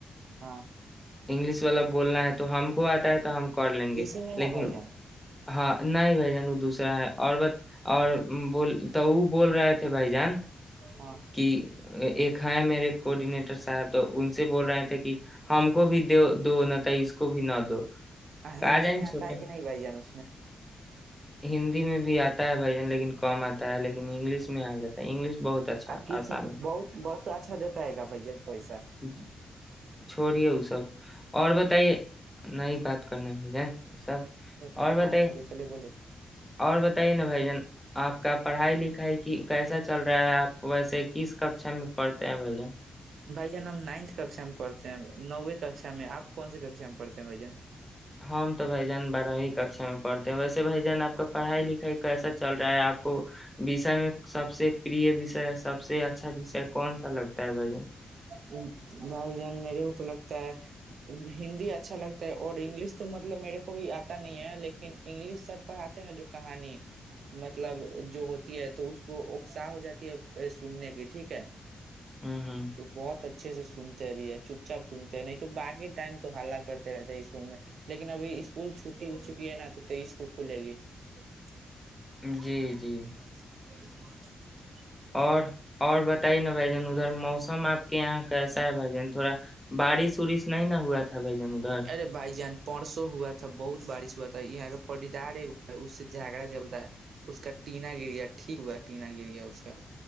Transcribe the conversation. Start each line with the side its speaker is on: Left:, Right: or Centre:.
Right: ہاں
Centre: انگلش والا بولنا ہے تو ہم کو آتا ہے تو ہم کر لیں گے
Right: اسی میں نا
Centre: لیکن
Right: بھائی جان
Centre: ہاں نہیں بھائی جان وہ دوسرا ہے اور بت اور بول تو وہ بول رہے تھے بھائی جان
Right: ہاں
Centre: کہ ایک ہ میرے کوڈینیٹر صاحب تو ان سے بول رہے تھے کہ ہم کو بھی دو دو ن تئیس کو بھی ن دو
Right: ہاں ہندی
Centre: آ جائیں
Right: میں
Centre: چھوٹے
Right: آتا ہے کہ نہیں بھائی جان
Centre: ہندی میں بھی آتا ہے بھائی جان لیکن کم آتا ہے لیکن انگلش میں آ جاتا ہے انگلش بہت اچھا
Right: ک
Centre: آسان ہوتا
Right: بہ بہت اچھا دیتا ہے گا بھ پیسہ
Centre: ہے چھوڑیے وہ سب اور بتائیے نہیں ہی بات کرنا بھ جن یہ سب
Right: ہاں
Centre: اور
Right: ہاں
Centre: بتائیے
Right: چلے چلے بلیے
Centre: اور بتائیے بھائی جن آپ کا پڑھائی لکھائی کہ کیسا چل رہا ہے آپ ویسے کس ککشا میں پڑھتے ہیں بھ جن
Right: بھائی جان ہم نائنتھ ککشا میں پڑھتے ہیں نووے ککشا میں آپ کون سی ککا میں پڑتے ہیں بھائی جان
Centre: ہم تو بھ جان بارہ ہی ککشا میں پڑھتے ہیں ویسے بھ جان آپ کا پڑھائی لکھائی کیسا چل رہا ہے آپ کو وسے میں سب سے پرری بھیش سب سے اچھا وسے کون سا لگتا ہے بھائی
Right: بھائی جان میرے کو تو لگتا ہندی اچھا لگتا ہے اور انگلش تو مطلب میرے کو بھی آتا نہیں ہے لیکن انگلش سر پڑھ آتے نا جو کہانی مطلب جو ہوتی ہے تو اس کو اکساہ ہو جاتی ہے ب سننے کی ٹھیک ہے
Centre: ہوں ہوں
Right: تو بہت اچھے سے سنتے ہیں بھی ہے چپ چاپ سنتے ہیں نہیں تو باقی ٹائم تو حلہ کرتے رہتے ہیں اسکول میں لیکن ابھی اسکول چھٹی ہو چکی ہے نا تو اسک کھلے گی ا جو باہر
Centre: جی
Right: کا
Centre: جی
Right: م
Centre: اور اور بتائیے نا بھائی جان ادھر موسم آپ کے یہاں کیسا ہے بھائی جان تھوڑا بارش وورش نہیں نہ ہوا تھا بھائی جان ادھر
Right: ارے بھائی جان پرسوں ہوا تھا بہت بارش ہو ہو یہاں کا پڑدار ایک ہے اس سے جھگا چلتا ہے اس کا ٹینا گر گیا ٹھیک ہوا ٹینا گر گیا اس کا